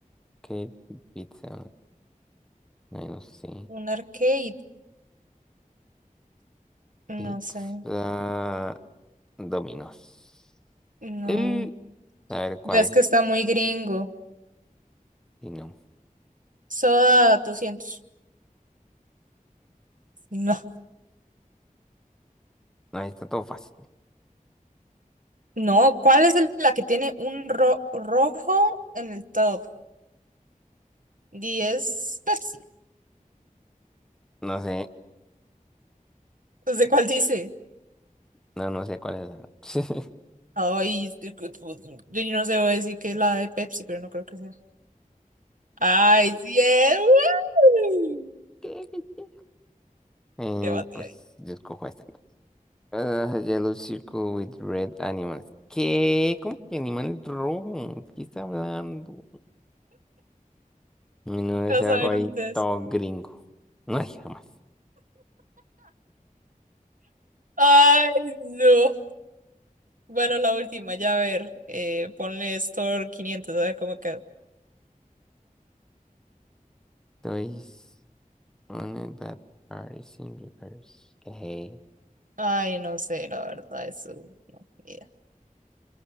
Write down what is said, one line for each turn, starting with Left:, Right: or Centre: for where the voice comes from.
Centre: ¿qué pizza? Ay, no sé.
Right: Un arcade. No
Centre: Pizza
Right: sé.
Centre: Domino's.
Right: No.
Centre: Eh, a ver, ¿cuál
Right: Ves
Centre: es
Right: que
Centre: esta?
Right: está muy gringo.
Centre: Y no,
Right: Soda 200. No.
Centre: no, está todo fácil.
Right: No. ¿Cuál es el- la que tiene un ro- rojo en el top? diez? Pepsi.
Centre: No sé,
Right: No sé cuál dice.
Centre: no, no sé cuál es la. <laughs>
Right: Ay, este, que- pues, yo no sé voy a decir que es la de Pepsi, pero no creo que sea. Ay, sí es. ¡Uy!
Centre: ¿Qué? ¿Qué? ¿Qué? Eh,
Right: Qué batida.
Centre: pues yo escojo esta. Ah, yellow circle with red animals. ¿Qué? ¿Cómo que animales rojos? ¿De ¿Qué está hablando? Y no debe
Right: ¿Qué
Centre: ser
Right: vas
Centre: algo
Right: a ver
Centre: ahí
Right: ustedes?
Centre: todo gringo. No hay jamás.
Right: Ay, no. Bueno, la última, ya a ver. Eh, ponle Store 500 a ver cómo quedó.
Centre: Estoy on a bad artist in reverse. ¿Qué?
Right: Ay, no sé, la verdad, eso no, ni idea.